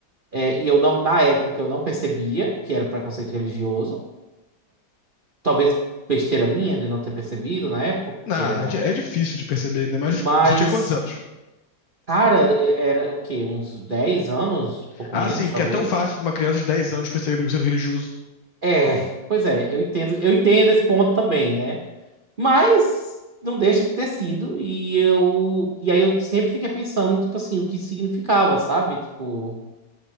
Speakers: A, on the right; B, on the left.
A: É, e eu não, na época, eu não percebia que era preconceito religioso. Talvez besteira minha de não ter percebido na época
B: Não,
A: que era.
B: é, di- é difícil de perceber, ainda mais
A: Mas,
B: você tinha quantos anos?
A: cara, e- era o quê? Uns 10 anos, pouco
B: Ah,
A: menos,
B: sim, porque
A: talvez.
B: é tão fácil pra uma criança de 10 anos perceber preconceito religioso.
A: É, pois é, eu entendo, eu entendo esse ponto também, né? Mas não deixa de ter sido. E eu, e aí eu sempre fiquei pensando, tipo assim, o que isso significava, sabe? Tipo,